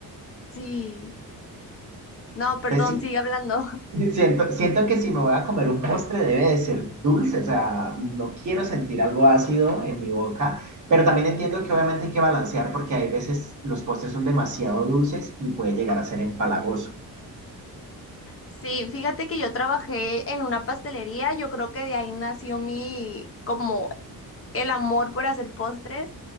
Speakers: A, on the left; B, on the right.
A: sí, no, perdón,
B: entonces,
A: sigue hablando.
B: si, <laughs> siento, siento que si me voy a comer un postre debe de ser dulce, o sea, no quiero sentir algo ácido en mi boca, pero también entiendo que obviamente hay que balancear porque hay veces los postres son demasiado dulces y puede llegar a ser empalagoso.
A: Sí, fíjate que yo trabajé en una pastelería, yo creo que de ahí nació mi, como el amor por hacer postres,